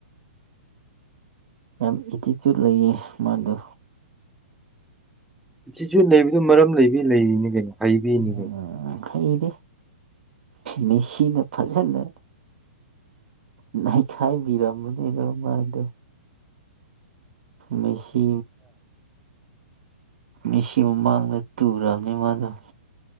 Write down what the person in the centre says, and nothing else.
ꯁꯤꯁꯨ ꯂꯩꯕꯗꯨ ꯃꯔꯝ ꯂꯩꯕꯤ ꯂꯩꯔꯤꯅꯤ ꯀꯩꯅꯣ ꯍꯩꯕꯤꯅꯤ
ꯀꯩꯅꯣ